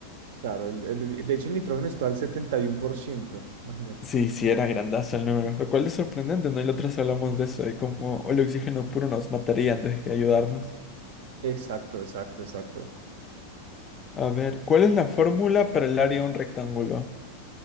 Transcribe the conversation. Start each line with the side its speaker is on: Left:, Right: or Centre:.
Right: claro. el- el- de hecho, el nitrógeno está al setenta y uno por ciento Imagínate.
Left: Sí, sí, era grandazo el número, lo cual es sorprendente, ¿no? Y la otra vez hablamos de eso, de cómo el oxígeno puro nos mataría antes que ayudarnos.
Right: Exacto, exacto, exacto.
Left: A ver, ¿cuál es la fórmula para el área de un rectángulo?